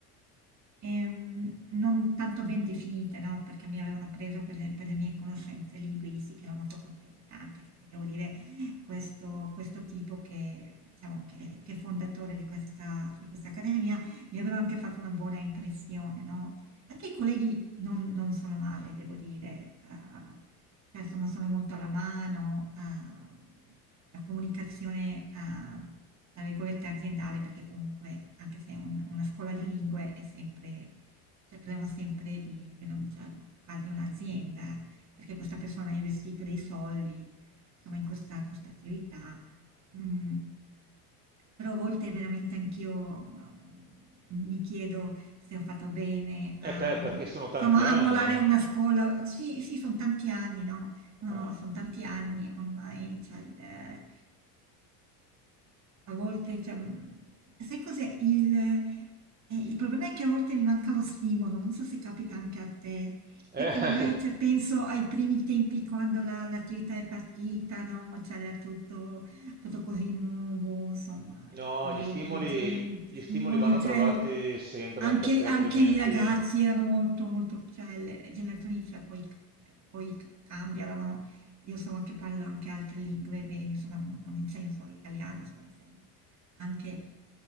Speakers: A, on the right; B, on the right.
A: ehm, non tanto ben definite, no? Perché mi avevano preso per le, per le mie conoscenze linguistiche, ero molto contenta anche che ti devo dire questo, questo tipo che, diciamo, che, che è fondatore di questa, di questa accademia mi aveva anche fatto una buona impressione, no? Anche i colleghi non, non sono male, devo dire, ehm, cioè insomma sono molto alla mano, ehm, la comunicazione, ehm, tra virgolette, aziendale, perché comunque anche se è un- una scuola di lingue è sempre, cioè parliamo sempre di, di una, cioè, quasi un'azienda, perché questa persona ha investito dei soldi, insomma, in questa, questa attività. Mm, però a volte veramente anch'io no, mi chiedo se ho fatto bene
B: Eh
A: a,
B: beh, perché sono tanti
A: insomma,
B: anni.
A: a mollare
B: Eh.
A: una scuola. Sì, sì, sono tanti anni, no? No,
B: Ah.
A: no, sono tanti anni ormai, cioè, il, eh, a volte, cioè, mh, sai cos'è? Il, eh, il problema è che a volte mi manca lo stimolo, non so se capita anche a te,
B: Eh,
A: perché magari
B: <laughs> ti-
A: cioè, penso ai primi tempi quando la- l'attività è partita, no? C'era tutto, tutto così nuovo, insomma
B: no,
A: colleghi,
B: gli stimoli,
A: gente,
B: gli
A: stimoli,
B: stimoli vanno trovati
A: cioè il-
B: sempre,
A: anche,
B: perché
A: anche
B: altrimenti...
A: i ragazzi erano molto, molto, cioè le generazioni, cioè, poi, poi cambiano, no? Io so che parlo anche altre lingue bene, insomma non, non insegno solo italiano, insomma insegno anche,